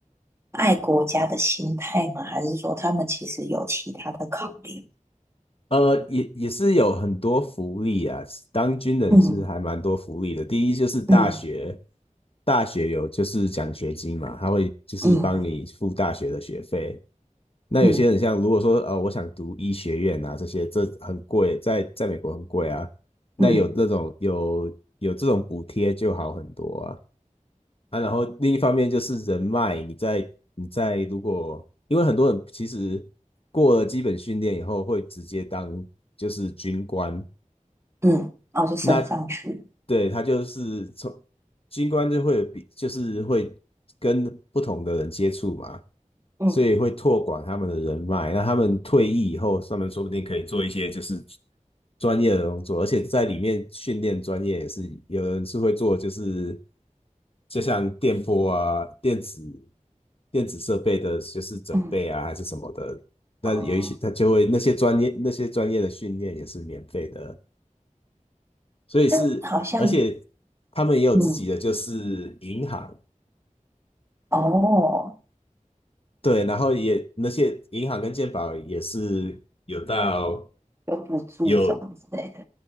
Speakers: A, on the right (about 20°); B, on the left (about 45°).
A: 爱国家的心态吗？还是说他们其实有其他的考量？
B: 呃，也也是有很多福利啊，当军人是还蛮多福利的。
A: 嗯
B: 第一就是大学，
A: 嗯
B: 大学有就是奖学金嘛，他会就是帮你付大学的学费。
A: 嗯
B: 那有些人像如果说呃，
A: 嗯
B: 我想读医学院啊，这些这很贵，在在美国很贵啊。那有那种有有这种补贴就好很多啊。
A: 嗯
B: 啊，然后另一方面就是人脉，你在你在如果，因为很多人其实过了基本训练以后会直接当就是军官，
A: 嗯，然哦，就升上去。
B: 那对他就是从军官就会有比就是会跟不同的人接触嘛，
A: 嗯。
B: 所以会拓广他们的人脉。那他们退役以后，他们说不定可以做一些就是专业的工作，而且在里面训练专业也是有人是会做，就是就像电波啊、电子电子设备的，就是准备啊还是什么的。
A: 嗯，
B: 那有一些他就会那些专业那些专业的训练也是免费的。
A: 哦，
B: 所以是，
A: 但好像，
B: 而且他们也有自己的就是银行，
A: 嗯，哦，
B: 对，然后也那些银行跟健保也是有到
A: 有补助什么之类的，
B: 有